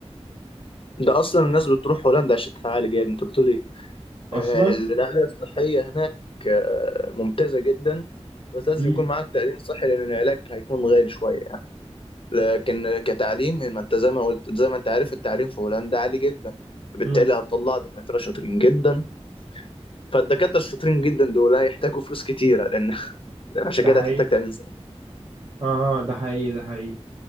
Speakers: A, on the left (about 50°); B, on the right (about 55°).
A: ده أصلا الناس بتروح هولندا عشان تتعالج يعني أنت بتقول إيه؟
B: اصلا
A: آه، الرعاية الصحية هناك آه، ممتازة جدا بس لازم
B: امم
A: يكون معاك تأمين صحي لأن العلاج هيكون غالي شوية يعني لكن كتعليم ما أنت زي ما قلت زي ما أنت عارف التعليم في هولندا عالي جدا بالتالي
B: امم
A: هتطلع دكاترة شاطرين جدا فالدكاترة الشاطرين جدا دول هيحتاجوا فلوس كتيرة لأن <laughs> عشان
B: ده
A: كده
B: حقيقي
A: هتحتاج تأمين
B: اه آه، ده حقيقي ده حقيقي